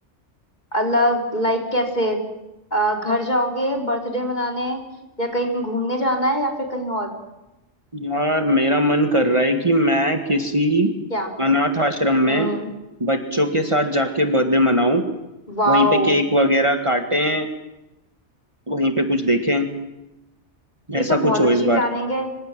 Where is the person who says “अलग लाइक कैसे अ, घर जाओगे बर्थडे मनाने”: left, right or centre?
Left